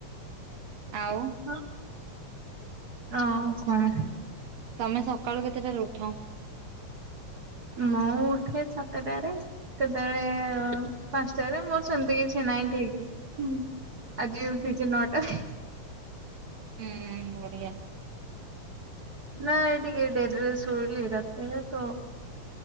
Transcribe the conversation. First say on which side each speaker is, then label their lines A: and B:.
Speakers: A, on the right; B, on the right.
A: ଆଉ
B: ହଁ ଆଉ କଣ?
A: ତମେ ସକାଳୁ କେତେଟାରେ ଉଠ?
B: ମୁଁ ଉଠେ ସାତଟାରେ। କେତେବେଳେ ପାଞ୍ଚଟାରେ ମୋର ସେମିତି କିଛି ନାହିଁ ଠିକ୍। ଆଜିଉଠିଛି ନଅଟାରେ।
A: ହୁଁ ବଢିଆ।
B: ନା ଏଇଟିକେ ଡେରିରେ ସୋଇଲି ରାତିରେ ତ